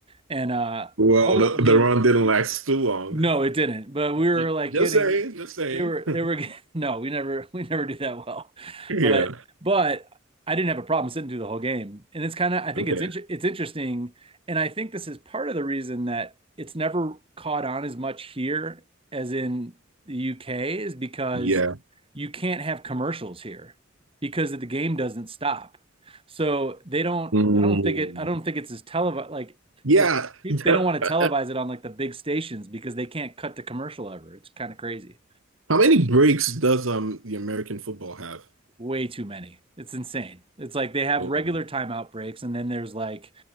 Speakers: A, on the right; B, on the right.
A: and uh,
B: Well,
A: I was
B: the,
A: I mean
B: the run didn't last too long.
A: no, it didn't. But we were
B: J-
A: like
B: Just
A: getting
B: saying, just saying.
A: they were
B: <laughs>
A: they were get- <laughs> no, we never <laughs> we never do that well.
B: Yeah.
A: But but I didn't have a problem sitting through the whole game. And it's kind of I think
B: Okay.
A: it's inter it's interesting and I think this is part of the reason that it's never caught on as much here as in the UK is because
B: Yeah.
A: you can't have commercials here because the game doesn't stop. So they don't
B: Mm,
A: I don't think it I don't think it's as televised like
B: yeah.
A: there's. They
B: Uh,
A: don't want to televise
B: uh,
A: it on like the big stations because they can't cut the commercial ever. It's kind of crazy.
B: How many breaks does um the American football have?
A: Way too many. It's insane. It's like they have
B: Oh
A: regular
B: my.
A: timeout breaks and then there's like